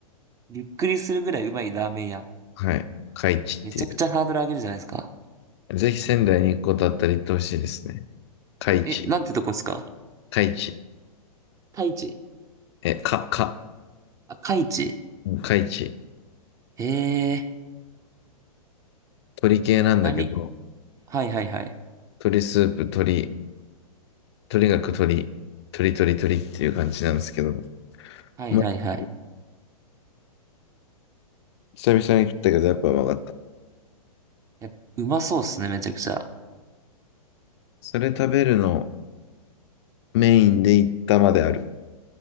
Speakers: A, on the right; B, on the left.
A: びっくりするぐらいうまいラーメン屋。
B: はい。海地っていう。
A: めちゃくちゃハードル上げるじゃないですか。
B: ぜひ仙台に行くことあったら行ってほしいですね。海地。
A: え、なんてとこですか
B: 海地。
A: 太一。
B: え、か、か。
A: あ、海地。
B: うん海地。
A: ええー
B: 鳥系なんだけど、
A: 何はいはいはい。
B: 鳥スープ、鳥、とにかく鳥、鳥鳥鳥っていう感じなんですけど、
A: はいはいはい。
B: まあ、久々に食ったけど、やっぱうまかった。
A: え、うまそうっすね、めちゃくちゃ。
B: それ食べるのメインで行ったまである。